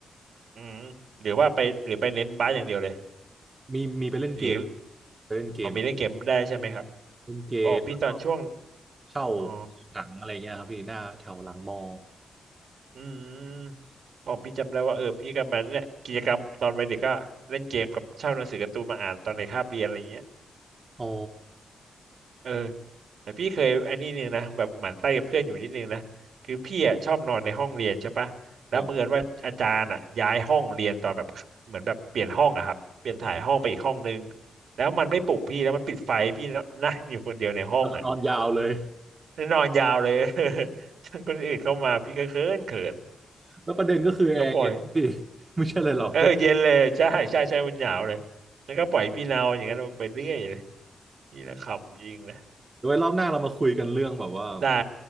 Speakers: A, on the right; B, on the right.
A: อืมหรือว่าไปหรือไปเน้นบาสอย่างเดียวเลย
B: มีมีไปเล่นเกม
A: หรือ
B: ไปเล่นเกม
A: เอามีเล่นเกมได้ใช่ไหมครับ
B: เล่นเกมแล้วก็
A: พราผมพี่ตอนช่วง
B: เช่า
A: อ๋อ
B: หนังอะไรเงี้ยครับพี่หน้าแถวหลังมอ
A: อืมผมพี่จำได้ว่าเออพี่ก็มาเนี่ยกิจกรรมตอนวัยเด็กก็เล่นเกมกับเช่าหนังสือการ์ตูนมาอ่านตอนในคาบเรียนอะไรเงี้ย
B: อ๋อ
A: เออ แต่พี่เคยไอันนี่นึงนะแบบหมั่นไส้กับเพื่อนอยู่นิดนึงนะคือพี่อ่ะชอบนอนในห้องเรียนใช่ปะแล้วบังเอิญว่าอาจารย์อ่ะย้ายห้องเรียนตอนแบบเหมือนแบบเปลี่ยนห้องอะครับเปลี่ยนถ่ายห้องไปอีกห้องนึง
B: แบบ
A: แล้วมันไม่ปลุกพี่แล้วมันปิดไฟพี่นั่งอยู่คนเดียวในห้องอ่ะ
B: นอนยาวเลย
A: แล้วนอนยาวเลย <laughs> จนคนอื่นเข้ามาพี่ก็เขินเขิน
B: <laughs> แล้วประเด็นก็คือแอร์เย็นพี่
A: ก็ปล่อย
B: <laughs> ไม่ใช่เลยหรอกใช่ไหม
A: เออเย็นเลยใช่ใช่ใช่มันหนาวเลยแล้วก็ปล่อยพี่เนาอย่างนั้นไปเรื่อยเลยนี่นะขำจริงเลย
B: เดี๋ยวไว้รอบหน้าเรามาคุยกันเรื่องแบบว่า
A: ได้